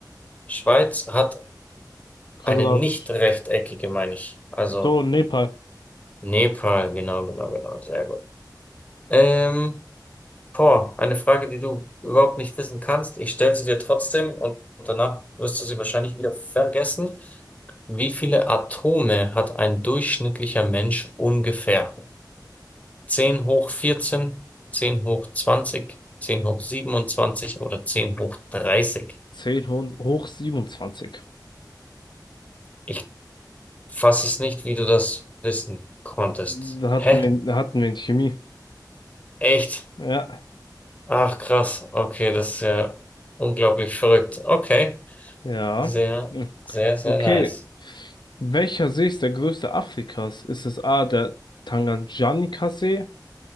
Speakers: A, on the left (about 20°); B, on the left (about 80°).
A: Schweiz hat
B: Quadrat.
A: Eine nicht rechteckige, meine ich. Also
B: So, Nepal.
A: Nepal, genau, genau, genau. Sehr gut. Ähm, boah, eine Frage, die du überhaupt nicht wissen kannst. Ich stelle sie dir trotzdem und danach wirst du sie wahrscheinlich wieder vergessen. Wie viele Atome hat ein durchschnittlicher Mensch ungefähr? Zehn hoch vierzehn zehn hoch zwanzig 10 hoch 27 oder 10 hoch 30?
B: 10 hoch hoch 27.
A: Ich fasse es nicht, wie du das wissen konntest.
B: Da hatten
A: Hä?
B: wir, da hatten wir in Chemie.
A: Echt?
B: Ja,
A: Ach, krass. Okay, das ist ja unglaublich verrückt. Okay.
B: ja.
A: Sehr,
B: Hm.
A: sehr, sehr
B: Okay.
A: nice.
B: Welcher See ist der größte Afrikas? Ist es A, der Tanganjika-See,